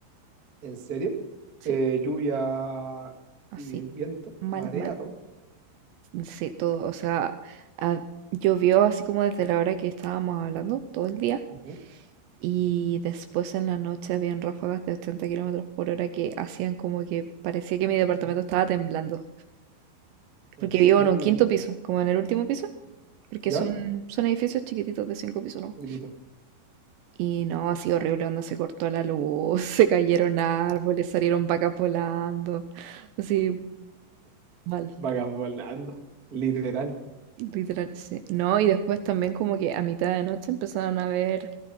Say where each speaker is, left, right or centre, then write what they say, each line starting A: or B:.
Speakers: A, on the right (about 60°); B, on the right (about 80°).
A: ¿En serio?
B: Sí,
A: Eh, lluvia
B: así.
A: y viento,
B: Mal,
A: marea,
B: mal.
A: todo.
B: Sí, todo. O sea, ah, llovió así como desde la hora que estábamos hablando, todo el día.
A: Ujú.
B: Y después en la noche habían ráfagas de 80 kilómetros por hora que hacían como que parecía que mi departamento
A: Mm,
B: estaba temblando.
A: ¿En
B: Porque
A: serio?
B: vivo en un quinto piso, como en el último piso. Porque
A: ¿Ya?
B: son, son edificios chiquititos de cinco pisos, ¿no?
A: Chiquitito.
B: Y no, ha sido horrible cuando se cortó la luz, <laughs> se cayeron árboles, salieron vacas volando, así mal,
A: Vagas volando, literal.
B: literal, sí. No, y después también como que a mitad de noche empezaron a haber